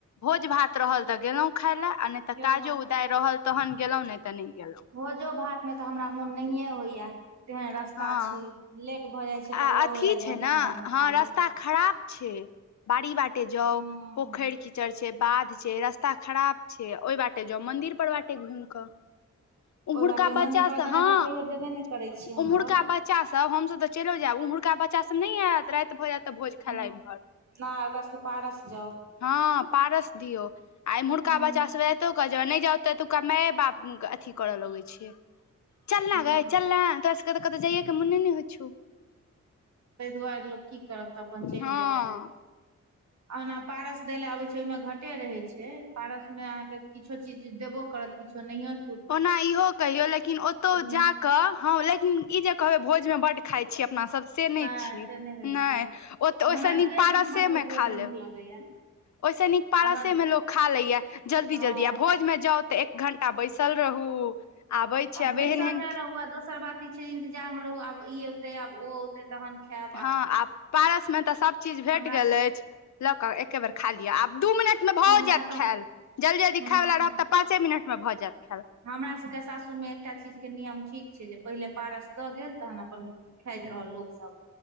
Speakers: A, on the left (about 65°); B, on the right (about 65°).
A: भोज भात रहल तऽ गेलहुं खाय ले आ नइ तऽ,
B: गेलहुँ
A: काजो उदा रहल तहन गेलों नइ ते नइ गेलों
B: भोजो भात मे तऽ, हमरा मोन नहिये होइया तेहन रास्ता
A: हँ
B: छै। लेट भऽ जाइ छै, तऽ
A: आ
B: ओहो
A: अथी
B: होइया जे
A: छै
B: अपने
A: ने
B: घरमे
A: हँ
B: खा
A: रास्ता
B: लिअ
A: खराब छै, बाड़ी बाटे जाउ
B: हूँ
A: पोखइर कीचड़ छै, बाध छै, रास्ता खराब छै, ओइ बाटे जाउ मंदिर पर बाटे घुमि कऽ उम्हुरका
B: ओहि बाटे
A: बच्चा
B: मंदिर पर
A: से
B: देने
A: हँ
B: तऽ कहियो जेबे नहि करै छियै हमसभ
A: उम्हुरका बच्च बच्चासभ हमसभ तऽ, चइलो जायब ओमहरका बच्चासभ नय ऐत राइत भऽ जाय तऽ भोज खेला
B: हूँ
A: इमहर
B: नहि ओकरा सबके पारस जाउ
A: <inaudible> हँ पारस दियो आइमुरका
B: हूँ
A: बच्चा सब कतौका जा नय जाउ त एतुका माय बाप अथी करऽ लगैत छै। चलना
B: हूँ
A: गय चलना तोरा सब क तऽ कतहु जाइयएके मने ने होइ छौ।
B: तइह दुआरे लोक की करत तऽ, अपन चइल
A: हँ
B: जाइए। ओना पारस दय ल आबैत छै, ओई मे घाटे रहे छै, पारस में अहाँके किछो चीज देबो करत किछ नहियौ
A: ओना इहो कहियो लेकिन ओतौ जाक
B: मे
A: ह लेकिन ई जे कहबै भोज में बड खाय छै छी अपना सब से नइ
B: नहि
A: छय
B: से नहि होइ
A: नय
B: छै
A: ओ तऽ ओइ
B: हमरा
A: सँ
B: दुए
A: पारसे
B: तीन ठाम के
A: मे
B: भोज
A: खा लेब।
B: नीक लगैया
A: ओइ सँ नीक पारसे
B: हमरा
A: मे लोग खा लेया जल्दी
B: हँ
A: -जल्दी आ भोज में जाउ तऽ एक घं्टा बैसल रहू आबै छै
B: आ
A: आब
B: बैसल
A: एहन एहन
B: जाय रहू आ दोसर बात ई छै, इंतजार मे रहु आब ई औते आब ओ औते तहन खैब।
A: हँ आ पारस मे तऽ, सब चीज भेट
B: हमरा
A: गेल अइछ लऽ कऽ एके बेर खा लिअ आब दू मिनट मे भऽ
B: हमरा
A: जायत
B: तऽ
A: खायल जल्द - जल्दी
B: हूँ
A: खाय वालला रहत तऽ पाँचे मिनट मे भऽ जायत खायल
B: हमरा सभके सासुरमे एकटा चीजके नियम ठीक छै, जे पहिले पारस दऽ गेल तहन अपन खाइत रहल लोक सब